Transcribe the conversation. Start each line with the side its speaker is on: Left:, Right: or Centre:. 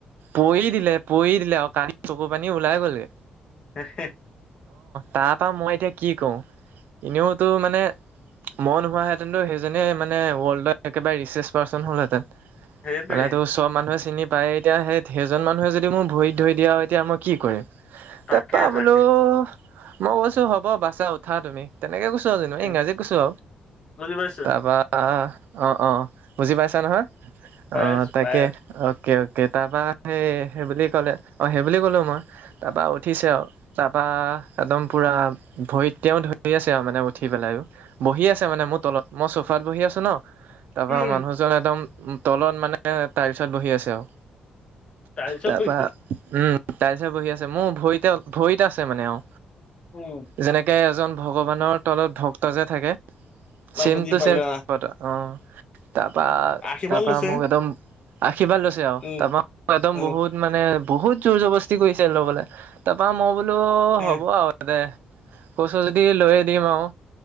Right: পৰি দিলে পৰি দিলে আ কান, চকু, পানী ওলাই গলগে।
Left: হে হে।
Right: তাৰপৰা মই এতিয়া কি কওঁ, এনেওতো মানে মই নোহোৱাহেঁতেনতো সেইজনেই মানে ৱৰ্ল্ডৰ একেবাৰে ৰিচাৰ্চ পাৰ্চন হ'লহেঁতেন।
Left: সেইটোৱে
Right: মানে চব মানুহে চিনি পায় এতিয়া সেই সেইজন মানুহে যদি মোৰ ভৰি ধুই দিয়া এতিয়া মই কি কৰিম?
Left: তাকে,
Right: তাপা
Left: তাকে
Right: বোলো মই কৈছো হ'ব বাচা উঠা তুমি? এনেকে কৈছো আৰু যে
Left: উম,
Right: ইংৰাজীত কৈছো,
Left: বুজি পাইছো,
Right: তাপা অ অ বুজি পাইছা নহয়?
Left: পাই
Right: অ
Left: আছো,
Right: তাকে
Left: পাই আছো।
Right: অ'কে অ'কে তাৰপা সেই সেইবুলি কলে সেইবুলি কলো মই তাৰাপা উঠিছে আৰু তাত বা একদম পুৰা ভৰি তেও ধৰি আছে আৰু মানে উঠি পেলাই বহি আছে মানে মোৰ তল মই চোফাত বহি আছো ন। তাৰপা
Left: উম,
Right: মানুহজন একদম তলত মানে তাইলচত বহি আছে আৰু।
Left: টাইলছত
Right: তাৰপা
Left: বহিছিলো।
Right: উম তাৰপিছে বহি আছে মোৰ ভৰিতে ভৰিত আছে মানে আৰু
Left: উম,
Right: যেনেকে এজন ভগৱানৰ তলত ভক্ত যে থাকে, ছেম
Left: অ', বুজি
Right: টু
Left: পালো
Right: ছেম অ। তাৰপৰা-
Left: আশীৰ্বাদ
Right: তাৰপৰা
Left: লৈছে
Right: মোক একদম কিবা লৈছে আৰু
Left: উম,
Right: তাৰপৰা একদম
Left: উম।
Right: বহুত মানে বহুত জোৰ জবস্তি কৰিছে লবলে, তাৰপা মই বোলো
Left: উম
Right: হ'ব আৰু দে। কৈচ যদি লৈ দিম আৰু,